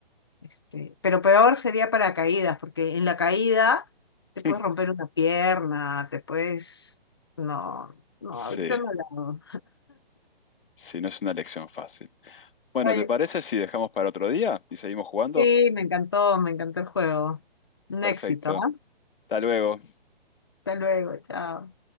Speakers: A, on the left; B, on the left.
A: este, pero peor sería para caídas, porque en la caída
B: <laughs>
A: te puedes romper una pierna, te puedes, no, no,
B: sí,
A: ahorita no la hago.
B: sí, no es una lección fácil. Bueno,
A: Oye,
B: ¿te parece si dejamos para otro día y seguimos jugando?
A: Sí, me encantó, me encantó el juego. Un
B: Perfecto.
A: éxito, ¿ah?
B: Hasta luego.
A: Hasta luego, chao.